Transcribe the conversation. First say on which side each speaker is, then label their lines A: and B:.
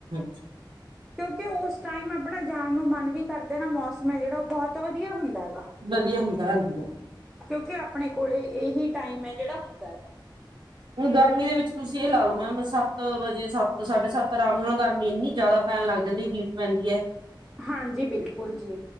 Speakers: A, on the right; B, in the centre.
A: <unintelligible>
B: ਕਿਉਂਕਿ ਉਸ ਟਾਈਮ ਆਪਣਾ ਜਾਣ ਨੂੰ ਮਨ ਵੀ ਕਰਦੇ ਨਾ ਮੌਸਮ ਹੈ ਜਿਹੜਾ ਉਹ ਬਹੁਤ ਵਧੀਆ ਹੁੰਦਾ।
A: ਵਧੀਆ ਹੁੰਦਾ ਹਾਂਜੀ
B: ਕਿਉਂਕਿ ਆਪਣੇ ਕੋਲੇ ਇਹੀ ਟਾਈਮ ਹੈ ਜਿਹੜਾ ਹੁੰਦਾ ਹੈਗਾ।
A: ਹੁਣ ਗਰਮੀ ਦੇ ਵਿੱਚ ਤੁਸੀਂ ਇਹ ਲਾ ਲਓ ਮੈਮ ਸੱਤ ਵਜੇ ਸੱਤ ਸਾਡੇ ਸੱਤ ਆਰਾਮ ਨਾਲ ਗਰਮੀ ਇੰਨੀ ਜ਼ਿਆਦਾ ਪੈਣ ਲੱਗ ਜਾਂਦੀ ਹੀਟ ਪੈਂਦੀ ਐ।
B: ਹਾਂਜੀ ਬਿਲਕੁਲ ਜੀ।